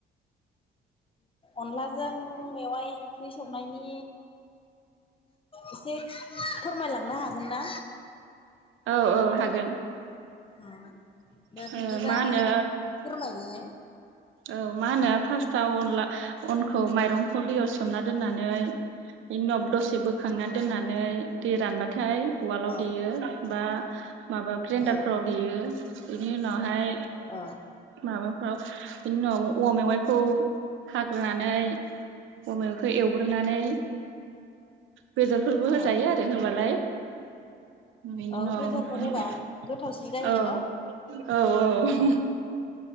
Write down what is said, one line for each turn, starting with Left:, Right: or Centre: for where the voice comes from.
Left: अनलाजों मेवाइ ओंख्रि संनायनि इसे फोरमायलांनो हागोन ना?
Right: औ औ हागोन।
Left: अ दा
Right: ओ
Left: बिदिबा
Right: मा होनो
Left: फोरमायलाय
Right: औ मा होनो फास्टआव अनला अनखौ माइरंखौ दैयाव सोमना दोननानै इनि उनाव दसे बोखांना दोननानै दै रानबा थाय उवालाव
Left: औ
Right: देयो। बा माबा ग्रेन्डारफोराव
Left: औ
Right: देयो बिनि उनावहाय
Left: औ
Right: माबाफ्राव बिनि उनाव औवा मेवाइखौ खौ खाग्रोनानै औवा मेवाइखौ एवग्रोनानै बेदरफोरबो होजायो
Left: औ
Right: आरो होबालाय। बेनि
Left: औ
Right: उनाव
Left: बेदरफोर होबा गोथावसिन जायो
Right: औ
Left: न'
Right: औ औ